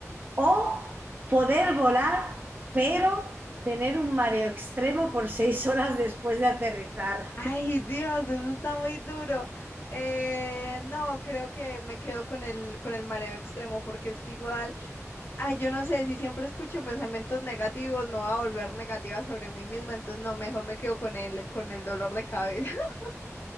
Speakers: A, on the right; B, on the left.
A: O poder volar, pero tener un mareo extremo por seis horas después de aterrizar.
B: Ay, Dios, eso está muy duro. Eh, no, creo que me quedo con el, con el mareo extremo, porque es que igual, ay, yo no sé, si siempre escucho pensamientos negativos, me voy a volver negativa sobre mí misma, entonces no, mejor me quedo con el, con el dolor de cabeza. <laughs>